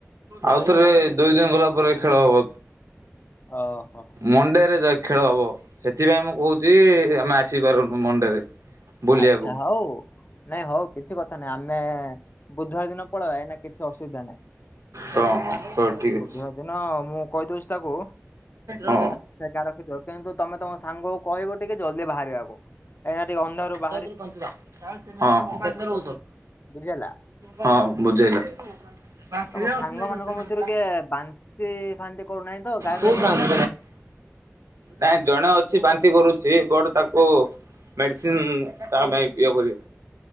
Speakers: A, on the right (about 90°); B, on the left (about 40°).
A: ଆଉଥରେ ଦୁଇ ଦିନ ଗଲା ପରେ ଖେଳ ହବ
B: ଓହୋ
A: ମଣ୍ଡେରେ ଖେଳ ହବ ସେଥିପାଇଁ ମୁଁ କହୁଛି ଆମେ ଆସିପାରୁନୁ ମଣ୍ଡେରେ। ବୁଲିବାକୁ
B: ଆଚ୍ଛା ହଉ ନାଇଁ ହଉ କିଛି କଥା ନାଇଁ ଆମେ ବୁଧବାର ଦିନ ପଲ୍ ଏନା କିଛି ଅସୁବିଧା ନାହିଁ
A: ହଁ ହଁ ହଉ ଠିକ୍ ଅଛି
B: ବୁଧୁବାର ଦିନ ମୁଁ କହିଦଉଛି ତାକୁ
A: ହଁ।
B: ସେଠି ରଖିଥିବ କିନ୍ତୁ ତମେ ତମ ସାଙ୍ଗକୁ କହିବ ଟିକେ ଜଲଦି ବାହାରିବାକୁ। ଏଇନା ଟିକେ ଅନ୍ଧାରୂ ବାହା
A: ହଁ ହଁ
B: ବୁଝିହେଲା।
A: ହଁ ବୁଝେଇଲି। ବାଖ
B: ତମ
A: ଅଛି
B: ସାଙ୍ଗମାନଙ୍କ
A: ନାଇଁ ଗତେ ଜତା।
B: ମଧ୍ୟରୁ କିଏ ବାନ୍ତି ଫାନ୍ତି କରୁନାହିଁ ତ ଗାଡିରେ
A: କଉ
B: ବସିଲେ?
A: ଚାହୁ <unintelligible> କାଇଁ ଜଣେ ଅଛି ବାନ୍ତି ନ୍ତି କରୁଛି ବଟ ତାକୁ ମେଡିସିନ ତା ପାଇଁ ପିଅ କରିବା।